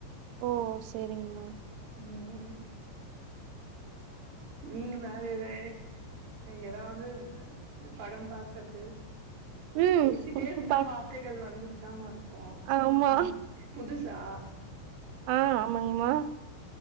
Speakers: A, on the right (about 85°); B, on the right (about 70°).
A: ஓ சரிங் மேம்
B: ம் நீங்க வேற எதா எதாது படோ பாக்றது
A: ம்
B: பேசிட்டே இருந்தா
A: பா
B: வார்த்தைகள் வந்துட் டுதாமா இருக்கு
A: ஆமா
B: ம் புதுசா
A: ஆ ஆமாங்மா